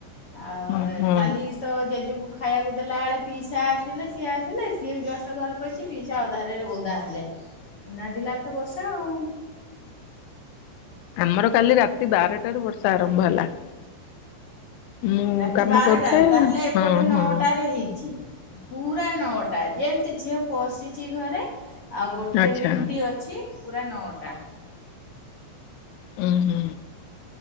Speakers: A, on the left (about 60°); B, on the left (about 80°).
A: ଆଉ
B: ଓହୋ।
A: କାଲି ତ ଜେଜୁକୁ ଖାଇବାକୁ ଦେଲା ବେଳେ ପିଇସା ଆସିଲେ ସିଏ ଆସି ସିଏ ବି ଜଷ୍ଟ ଘରେ ପଇଚି ପିଇସା ଅଧାରରେ ଓଦା ହେଲେ। ନାଦିଲା ତ ବର୍ଷା ଆଉ।
B: ଆମର କାଲି ରାତି ବାରଟାରୁ ବର୍ଷା ଆରମ୍ଭ ହେଲା। ମୁଁ
A: ରାତି
B: କାମ
A: ବାରଟାରୁ
B: କରୁଥାଏ
A: ତାହେଲେ ଏପଟେ
B: ହଁ
A: ନଅଟା
B: ହଁ
A: ରେ ହେଇଛି। ପୁରା ନଅଟା ଯେମିତି ଝିଅ ପସିଛି ଘରେ ଆଉ ଗୋଟେ
B: ଆଚ୍ଛା
A: ମିନିଟ୍ ଅଛି ପୁରା ନଅଟା।
B: ଉ ହୁଁ।